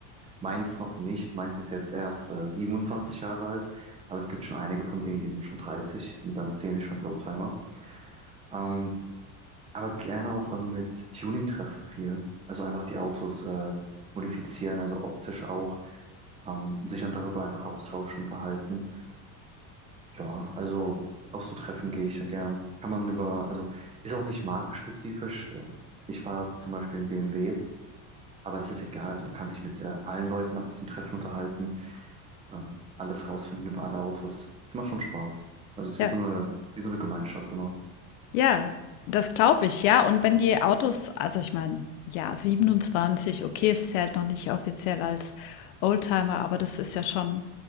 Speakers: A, on the right; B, on the left.
A: meins noch nicht. Meins ist jetzt erst äh, 27 Jahre alt, aber es gibt schon einige von denen, die sind schon 30 und dann zählen sie schon als Oldtimer. Ähm, aber gerne auch ähm, mit Tuning treffen viel. Also einfach die Autos äh, modifizieren, also optisch auch, ähm, und sich dann darüber einfach austauschen, unterhalten. Ja, also auf so Treffen gehe ich dann gern. Kann man über, also ist auch nicht markenspezifisch. Äh, Ich war zum Beispiel in BMW, aber das ist egal. Also man kann sich mit äh, allen Leuten auf diesen Treffen unterhalten, ähm, alles rausfinden über alle Autos. Es macht schon Spaß. Also es ist
B: Ja.
A: wie so eine, wie so eine Gemeinschaft immer.
B: Ja, das glaube ich, ja. Und wenn die Autos also ich meine, ja, 27, okay, es zählt noch nicht offiziell als Oldtimer, aber das ist ja schon